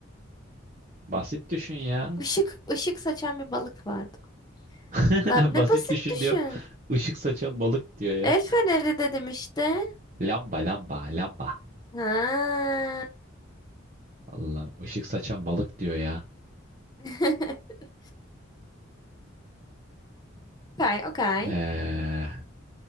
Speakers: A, on the right; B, on the left.
A: Basit düşün ya.
B: Işık, ışık saçan bir balık vardı.
A: <laughs>
B: La, ne
A: Basit
B: basit
A: düşün
B: düşün.
A: diyorum. Işık saçan balık diyor ya.
B: El feneri dedim işte.
A: Lamba, lamba, lamba.
B: Ha.
A: Allah, ışık saçan balık diyor ya.
B: <laughs> Okay, okay.
A: Ee,